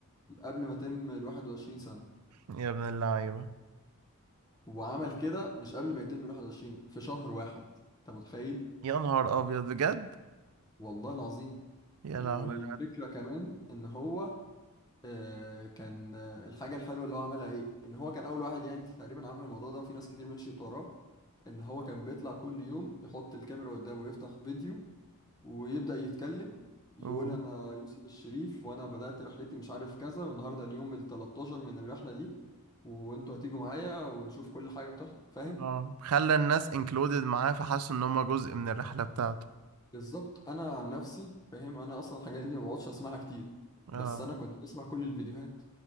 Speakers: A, on the left; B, on the right.
A: قبل ما يتم ال 21 سنة
B: يا ابن اللعيبة
A: وعمل كده مش قبل ما يتم ال 21 في شهر واحد انت متخيل
B: يا نهار أبيض بجد
A: والله العظيم
B: يا
A: والفكرة
B: لهوي
A: كمان ان هو آه كان آه، الحاجة الحلوة اللي هو عملها ايه ان هو كان اول واحد يعني تقريبا عمل الموضوع ده وفي ناس كتير مشيت وراه ان هو كان بيطلع كل يوم يحط الكاميرا قدامه ويفتح فيديو ويبدأ يتكلم يقول
B: لا.
A: أنا يوسف الشريف وأنا بدأت رحلتي مش عارف كذا والنهاردة اليوم ال 13 من الرحلة دي وأنتوا هتيجوا معايا ونشوف كل حاجة بتحصل فاهم؟
B: اه خلى الناس انكلودد معاه فحسوا ان هم جزء من الرحلة بتاعته
A: بالظبط أنا عن نفسي فاهم أنا أصلا الحاجات دي ما بقعدش أسمعها كتير
B: اه
A: بس أنا كنت بسمع كل الفيديوهات